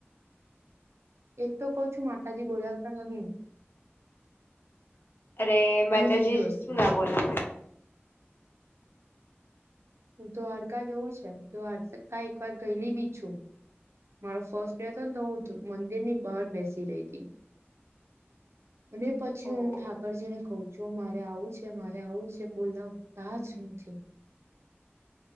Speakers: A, on the right (about 80°); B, on the left (about 55°).
A: એક તો કહ છું માતાજી બોલાવતા નહીં
B: અરે માતાજી
A: અને બીજી વસ્તુ
B: શું ના બોલા
A: હ દ્વારકા જેવું છે દ્વારકા એક વાર ગયેલી બી છું. મારો ફર્સ્ટ ડે હતો ને તો હું મંદિર ની બહાર બેસી રહી હતી. અને પછી
B: ઓહ
A: હું ઠાકરજી ને ક છું મારે આવું છે મારે આવું છે બોલલાતાજ નથી